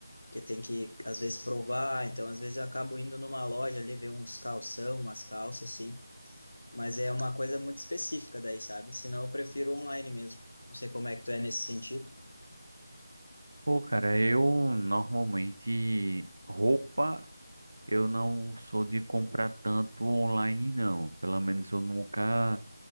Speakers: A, on the left; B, on the right.
A: Porque tem que, às vezes, provar. Então, às vezes, eu acabo indo numa loja ali ver uns calção, umas calças, assim. Mas é uma coisa muito específica daí, sabe? Senão, eu prefiro online mesmo. Não sei como é que tu é nesse sentido.
B: Pô, cara, eu normalmente roupa eu não sou de comprar tanto online não. Pelo menos eu nunca